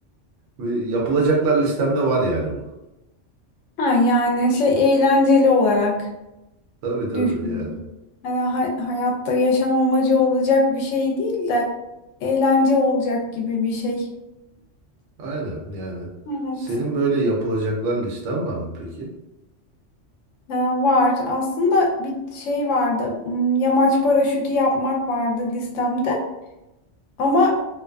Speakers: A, on the right; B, on the left.
A: Ve yapılacaklar listemde var yani bu.
B: Ha, yani şey eğlenceli olarak
A: Tabii tabii
B: düşünüyorum.
A: yani.
B: Yani hay- hayatta yaşam amacı olacak bir şey değil de eğlence olacak gibi bir şey.
A: Aynen yani.
B: Evet.
A: Senin böyle yapılacaklar listen var mı peki?
B: Ee, var. Aslında bir şey vardı. Hmm, Yamaç paraşütü yapmak vardı listemde. Ama